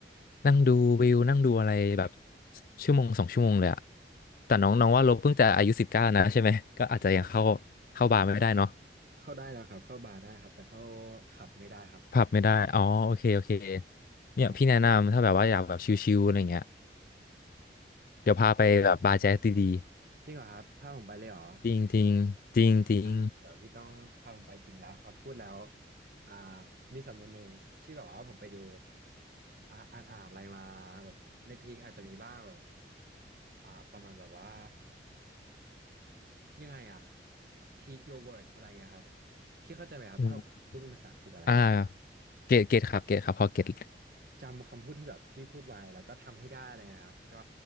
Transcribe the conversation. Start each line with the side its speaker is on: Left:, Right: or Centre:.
Left: นั่งดูวิวนั่งดูอะไรแบบชั่วโมงสองชั่วโมงเลยอ่ะแต่น้องน้องว่าเราเพิ่งจะอายุสิบเก้านะใช่ไหมก็อาจจะยังเข้า
Right: ไ
Left: เข้าบาร์ไม่ได้เนาะ
Right: เข้าได้แล้วครับเข้าบาร์ได้ครับแต่เข้าขับไม่ได้ครับ
Left: ผับไม่ได้อ๋อโอเคโอเคเนี่ยพี่แนะนำถ้าแบบว่าอยากแบบชิลๆอะไรเงี้ย
Right: ใช่
Left: เดี๋ยวพาไปแบบบาร์แจ๊สดี
Right: จริงเหรอครับพาผมไปเลยเหรอ
Left: ๆจริงจริงจริงจริง
Right: อ่ะเดี๋ยวพี่ต้องพาผมไปจริงแล้วเอาพูดแล้วอ่ามีสำนวนหนึ่งที่แบบว่าผมไปดูอ่าอ่านอ่านอะไรมาแบบในเพลงอาจจะมีบ้างแบบอ่าประมาณแบบว่ายังไงอ่ะ heed your word อะไรเงี้ยครับพี่เข้าใจไหมครับถ้าผมพูดเป็นภาษาอังกฤษอะไรเงี้ย
Left: อืมอ่าเกตเกตครับเกตครับพอเกต
Right: จำคำพูดที่แบบพี่พูดไว้แล้วก็ทำให้ได้อะไรเลยครับก็